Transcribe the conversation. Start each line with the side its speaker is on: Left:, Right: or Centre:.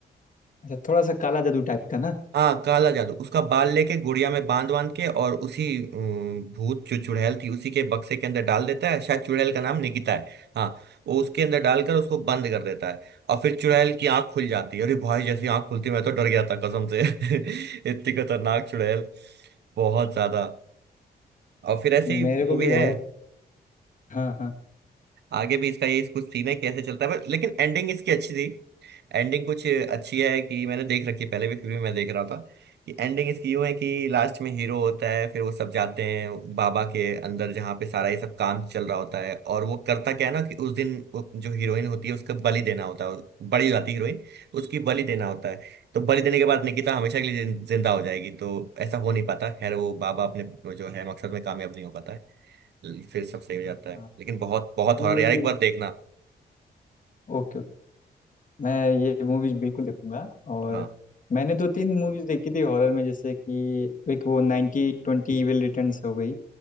Left: अच्छा थोड़ा सा काला जादू टाइप का ना
Right: हाँ काला जादू उसका बाल लेके गुड़िया में बांध बांध के और उसी अम, भूत जो चुड़ैल थी उसी के बक्से के अंदर डाल देता है शायद चुड़ैल का नाम निकिता है हाँ वो उसके अंदर डालकर उसको बंद कर देता है और फिर चुड़ैल की आंख खुल जाती है अरे भाई जैसी आंख खुलती है, मैं तो डर गया था कसम से <laughs> इतनी खतरनाक चुड़ैल बहुत ज्यादा और फिर ऐसी
Left: मेरे को
Right: मूवी
Left: भी
Right: है
Left: हॉरर हाँ हाँ
Right: आगे भी इसका यही कुछ सीन है कैसे चलता है पर लेकिन एंडिंग इसकी अच्छी थी एंडिंग कुछ अच्छी है कि मैंने देख रखी है पहले भी फिर भी मैं देख रहा था कि एंडिंग इसकी यूं है कि लास्ट में हीरो होता है फिर वो सब जाते हैं बाबा के अंदर जहाँ पे सारा ये सब काम चल रहा होता है और वो करता क्या है ना कि उस दिन वो जो हीरोइन होती है उसका बलि देना होता है बड़ी हो जाती है हीरोइन उसकी बलि देना होता है तो बलि देने के बाद निकिता हमेशा के लिए जिन- जिंदा हो जाएगी तो ऐसा हो नहीं पाता खैर वो बाबा अपने जो है मकसद में कामयाब नहीं हो पाता है फिर सब सही हो जाता है
Left: हाँ
Right: लेकिन बहुत बहुत
Left: ये
Right: हॉरर यार एक बार देखना
Left: ओके ओके, मैं ये मूवीज बिल्कुल देखूंगा और
Right: हाँ
Left: मैंने दो तीन मूवीज देखी थी हॉरर में जैसे कि एक वो नाइनटी ट्वेंटी इविल रिटर्न्स हो गई